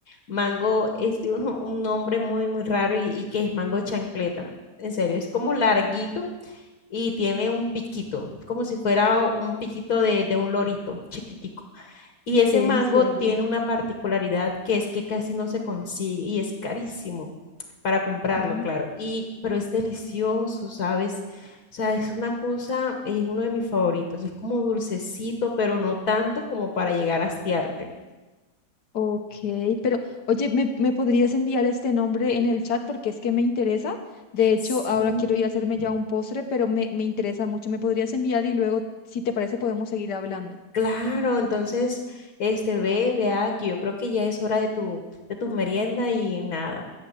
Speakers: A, on the left; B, on the left.
A: Mango es de un, un nombre muy, muy raro y, y que es mango chancleta. En serio, es como larguito y tiene un piquito, como si fuera un piquito de, de un lorito chiquitico. Y ese
B: En
A: mango
B: serio.
A: tiene una particularidad que es que casi no se consigue y es carísimo para comprarlo,
B: Ah,
A: claro. Y, pero es delicioso, ¿sabes? O sea, es una cosa, es uno de mis favoritos. Es como dulcecito, pero no tanto como para llegar a hastiarte.
B: Ok, pero oye, ¿me, me podrías enviar este nombre en el chat porque es que me interesa? De hecho,
A: Sí.
B: ahora quiero ir a hacerme ya un postre, pero me, me interesa mucho. ¿Me podrías enviar y luego, si te parece, podemos seguir hablando?
A: Claro, entonces, este, ve, ve aquí, yo creo que ya es hora de tu, de tu merienda y nada.